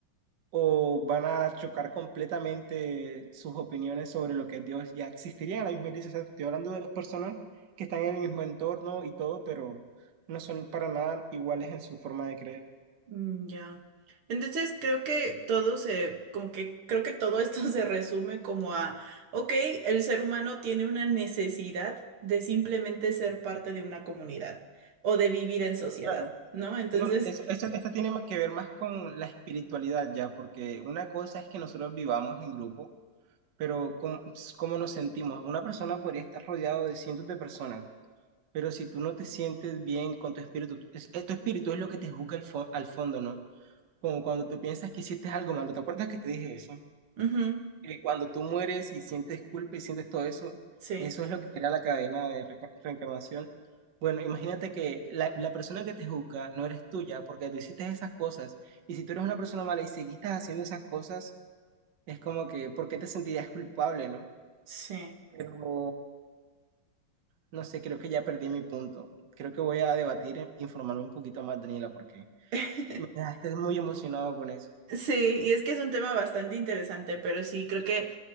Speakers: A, on the right; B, on the right.
A: o van a chocar completamente sus opiniones sobre lo que es Dios ya existiría en la misma iglesia. O sea, estoy hablando de las personas que están en el mismo entorno y todo, pero no son para nada iguales en su forma de creer.
B: Mm, Ya. Entonces creo que todo se, como que creo que todo esto <laughs> se resume como a, ok, el ser humano tiene una necesidad de simplemente ser parte de una comunidad o de vivir en sociedad,
A: Claro.
B: ¿no? Entonces,
A: No, eso, eso- esto tiene más que ver más con la espiritualidad ya, porque una cosa es que nosotros vivamos en grupo, pero cómo, cómo nos sentimos. Una persona podría estar rodeado de cientos de personas Pero si tú no te sientes bien con tu espíritu, es, es- tu espíritu es lo que te juzga al, fo- al fondo, ¿no? Como cuando tú piensas que hiciste algo malo, ¿te acuerdas que te dije eso?
B: ujú,
A: Que cuando tú mueres y sientes culpa y sientes todo eso,
B: sí,
A: eso es lo que crea la cadena de re- reencarnación. Bueno, imagínate que la, la persona que te juzga no eres tuya porque tú hiciste esas cosas. Y si tú eres una persona mala y seguiste haciendo esas cosas, es como que, ¿por qué te sentirías culpable, no?
B: sí.
A: Pero No sé, creo que ya perdí mi punto. Creo que voy a debatir, e informarme un poquito más, Daniela, porque
B: <laughs>
A: me dejaste muy emocionado con eso.
B: Sí, y es que es un tema bastante interesante, pero sí, creo que